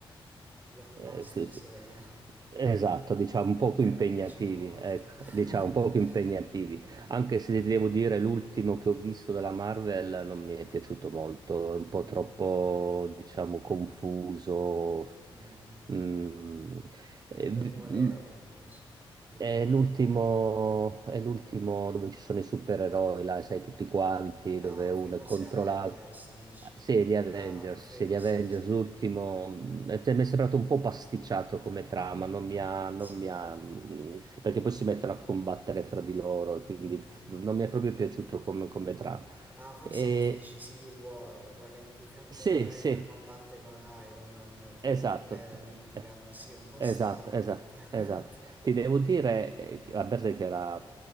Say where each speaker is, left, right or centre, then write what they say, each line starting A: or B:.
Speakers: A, on the right (about 20°); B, on the right (about 45°).
A: Blockbuster,
B: eh, sì, sì.
A: se vogliamo.
B: Esatto, diciamo un poco
A: Anche
B: impegnativi,
A: a me piacciono molto.
B: ecco,
A: <laughs>
B: diciamo un poco impegnativi,
A: Mm-mm.
B: anche se ti devo dire l'ultimo che ho visto della Marvel non mi è piaciuto molto, è
A: Mm-mm.
B: un po' troppo, diciamo, confuso.
A: Mm-mm.
B: Mm, eh,
A: Ti ricordi
B: vi-
A: qual
B: mm,
A: era per caso? Di
B: è
A: cosa parlavano?
B: l'ultimo, è l'ultimo dove ci sono i supereroi, là, sai, tutti quanti,
A: Ah,
B: dove
A: ok,
B: uno
A: forse
B: è contro
A: Avengers,
B: l'altro.
A: dici.
B: Sì, gli Avengers,
A: Ah, ok,
B: sì, gli Avengers,
A: sì, sì.
B: l'ultimo, mm, è- mi è sembrato un po' pasticciato come trama,
A: Mm-mm.
B: non mi ha, non
A: Sì.
B: mi ha, mm, perché poi si mettono a combattere fra di loro, e
A: Mm-mm.
B: quindi f- non mi è proprio piaciuto come, come trama.
A: Ah, forse
B: E-
A: tu dici Civil War, quello in cui Captain
B: sì,
A: America
B: sì,
A: combatte con Iron Man, tipo
B: esatto.
A: perché litigano.
B: Eh,
A: Sì, un po' strano,
B: Esatto, esatto,
A: effettivamente.
B: esatto. Ti devo dire, eh, che- a parte che era